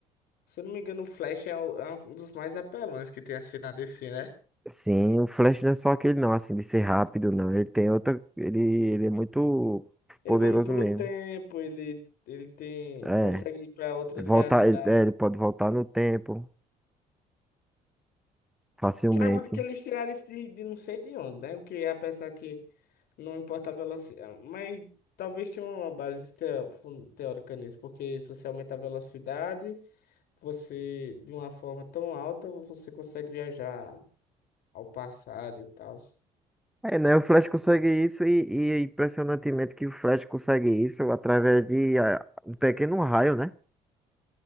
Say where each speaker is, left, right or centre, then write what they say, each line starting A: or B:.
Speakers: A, on the left; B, in the centre.
A: Se eu não me engano, o Flash é, o- é um dos mais apelões que tem assim na DC, né?
B: Sim, o Flash não é só aquele não, assim, de ser rápido, não. Ele tem outra. Ele, ele é muito
A: Ele
B: poderoso
A: manipula
B: mesmo.
A: o tempo, ele, ele tem, ele
B: É.
A: consegue ir para outras
B: Voltar,
A: realidades.
B: ele, é, ele pode voltar no tempo facilmente.
A: Que é algo de que eles tiraram isso de, de não sei de onde, né? O que é pensar que não importa a velocidade, mas talvez tenha uma base teo- fun- teórica nisso, porque se você aumentar a velocidade, você de uma forma tão alta, você consegue viajar ao passado e tal.
B: É, né? O Flash consegue isso e, e é impressionantemente que o Flash consegue isso através de ah, um pequeno raio, né?